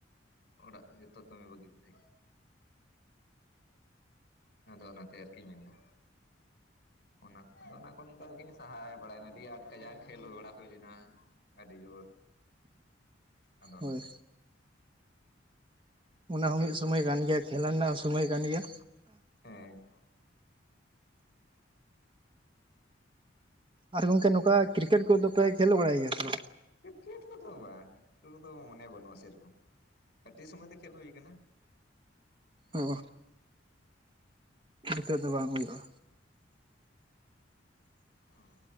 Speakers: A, on the left; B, on the right.
A: ᱚᱲᱟᱜ ᱨᱮᱜᱮ ᱛᱚ ᱠᱟᱹᱢᱤ ᱵᱟᱹᱜᱤ ᱠᱟᱛᱮ᱾ ᱟᱫᱚ ᱚᱱᱟ ᱛᱮ ᱟᱨᱠᱤ ᱢᱮᱱ ᱫᱚ ᱚᱱᱟ ᱚᱱᱟ ᱠᱷᱚᱱ ᱫᱚᱠᱤᱱ ᱥᱟᱦᱟᱭ ᱵᱟᱲᱟᱭᱱᱟ ᱟᱹᱰᱤ ᱟᱸᱴ ᱠᱟᱡᱟᱠ ᱠᱷᱤᱞᱰᱩ ᱵᱟᱲᱟ ᱦᱩᱭ ᱞᱮᱱᱟ᱾ ᱟᱹᱰᱤ ᱡᱳᱨ ᱟᱫᱚ ᱚᱱᱟᱛᱮ
B: ᱦᱳᱭ ᱚᱱᱟ ᱦᱚᱸ ᱢᱤᱫ ᱥᱩᱢᱚᱭ ᱠᱟᱱ ᱜᱮᱭᱟ ᱠᱷᱮᱞᱟ ᱨᱮᱱᱟᱜ ᱦᱚᱸ ᱥᱩᱢᱚᱭ ᱠᱟᱱ ᱜᱮᱭᱟ
A: ᱦᱮᱸ
B: ᱟᱨ ᱜᱚᱝᱠᱮ ᱱᱚᱝᱠᱟ ᱠᱨᱤᱠᱮᱴ ᱠᱚᱫᱚ ᱯᱮ ᱠᱷᱮᱞ ᱵᱟᱲᱟᱭ ᱜᱮᱭᱟ ᱛᱚ?
A: ᱠᱨᱤᱠᱮᱴ ᱠᱚᱫᱚ ᱵᱟᱝ ᱠᱚᱫᱚ ᱢᱚᱱᱮ ᱵᱟᱹᱱᱩᱜᱼᱟ ᱥᱮᱨᱚᱠᱚᱢ᱾ ᱠᱟᱹᱴᱤᱡ ᱥᱚᱢᱚᱭ ᱫᱚ ᱠᱷᱮᱞ ᱦᱩᱭᱟᱱᱟ
B: ᱚ ᱱᱤᱛᱚᱜ ᱫᱚ ᱵᱟᱝ ᱦᱩᱭᱩᱜᱼᱟ᱾
A: ᱦᱚᱸ᱾